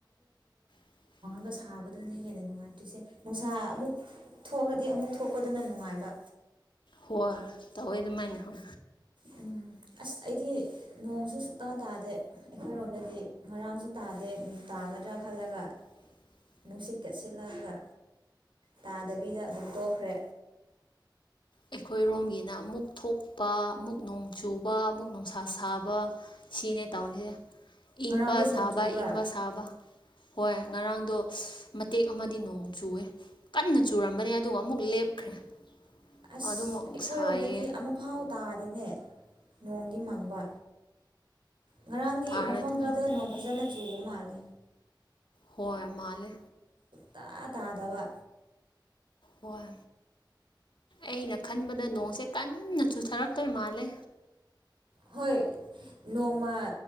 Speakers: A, on the left; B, on the right.
A: <inaudible>
B: ꯑꯗꯨꯒ ꯁꯥꯕꯗꯨꯅ ꯍꯦꯟꯅ ꯅꯨꯡꯉꯥꯏꯇ꯭ꯔꯤꯁꯦ ꯅꯨꯡꯁꯥ ꯑꯃꯨꯛ ꯊꯣꯛꯈ꯭ꯔꯗꯤ ꯑꯃꯨꯛ ꯊꯣꯛꯄꯗꯨꯅ ꯅꯨꯡꯉꯥꯏꯕ
A: ꯍ ꯇ ꯑꯣꯏꯣꯏꯗꯃꯥꯏꯅꯦ ꯍ
B: ꯎꯝ ꯑꯁ ꯑꯩꯗꯤ ꯅꯣꯡꯁꯨ ꯁꯨꯛꯇꯥ ꯇꯥꯗꯦ ꯑꯩꯈꯣꯏꯔꯣꯝꯗꯗꯤ ꯉꯔꯥꯡꯁꯨ ꯇꯥꯗꯦ ꯀꯗ꯭ꯔ ꯈꯥꯂꯒꯥ
A: <inaudible>
B: ꯅꯨꯡꯁꯤꯠꯀꯠ ꯁꯤꯠꯂꯛꯑꯒ ꯇꯥꯗꯕꯤꯗ ꯑꯗꯨꯝ ꯇꯣꯛꯈ꯭ꯔꯦ
A: ꯑꯩꯈꯣꯏꯔꯣꯝꯒꯤꯅ ꯑꯃꯨꯛ ꯊꯣꯛꯄ ꯑꯃꯨꯛ ꯅꯣꯡ ꯆꯨꯕ ꯑꯃꯨꯛ ꯅꯨꯡꯁꯥ ꯁꯥꯕ ꯁꯤꯅꯦ ꯇꯧꯔꯤꯁꯦ
B: ꯉꯔꯥꯡꯗꯣ
A: ꯏꯪꯕ
B: ꯅꯣꯡ
A: ꯁꯥꯕ
B: ꯆꯨꯕ꯭ꯔꯥ
A: ꯏꯪꯕ ꯁꯥꯕ ꯍꯣꯏ ꯉꯔꯥꯡꯗꯣ ꯃꯇꯦꯛ ꯑꯃꯗꯤ ꯅꯣꯡ ꯆꯨꯏꯦ ꯀꯟꯅ ꯆꯨꯔꯝꯕꯅꯦ ꯑꯗꯨꯒ ꯑꯃꯨꯛ ꯂꯦꯞꯈ꯭ꯔꯦ <inaudible>
B: ꯑꯁ
A: ꯑꯗꯨꯃ ꯑꯃꯨꯛ
B: ꯑꯩꯈꯣꯏꯔꯣꯝꯗꯗꯤ
A: ꯁꯥꯏꯌꯦ
B: ꯑꯃꯐꯥꯎ ꯇꯥꯗꯤꯅꯦ ꯅꯣꯡꯗꯤ ꯃꯪꯕ ꯉꯔꯥꯡꯒꯤ
A: ꯇꯥꯔꯗꯧ
B: ꯃꯐꯝ ꯈꯔꯗ
A: ꯃꯥꯜꯂꯦ
B: ꯅꯣꯡ ꯐꯖꯅ ꯆꯨꯕ ꯃꯥꯜꯂꯦ
A: ꯍꯣꯏ ꯃꯥꯂꯦ
B: ꯇꯥ ꯇꯥꯗꯕ
A: ꯋꯥꯋꯥ ꯑꯩꯅ ꯈꯟꯕꯗ ꯅꯣꯡꯁꯦ ꯀꯟꯅ ꯆꯨꯊꯔꯛꯇꯣꯏ ꯃꯥꯜꯂꯦ
B: ꯍꯣꯏ ꯅꯣꯡꯃ